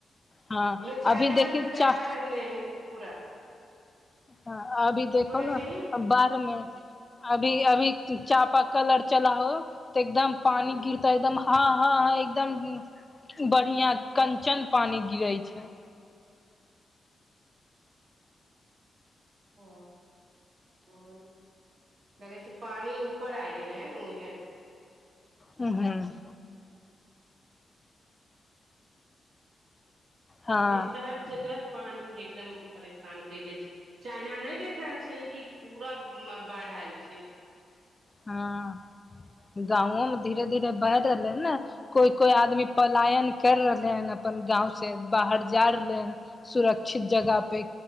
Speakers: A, on the left; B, on the right.
A: हँ
B: ओने चाइनामे
A: अभी देखी
B: तऽ
A: चा
B: देखा रहलै हँ, पूरा।
A: ह, अभी
B: की
A: देखो
B: बोलै
A: नऽ।
B: छही
A: बाड़हमे अभी अभी चापा कल अर चलाहो तऽ एकदम। पानी
B: हूँ
A: गिर। तऽ एकदम हँ, हँ, हँ, एकदम बढ़िआँ कंचन पानि गिरै छै।
B: ओ। ओ लगै छै, पानि ऊपर आ गेलै हने उएह।
A: हूँ, हूँ। हँ
B: <unintelligible> सभ जगह पानी एकदम परेशान कैले छै। चाइनामे नहि देख रहल छै, कि पूरा बाढ़ आयल छै।
A: हँ, गांओमे धीरे धीरे बहि रहलै ने। कोइ कोइ आदमी पलायन कर रहलै हन अपन गावसे बाहर जा रहलै हन सुरक्षित जगह पे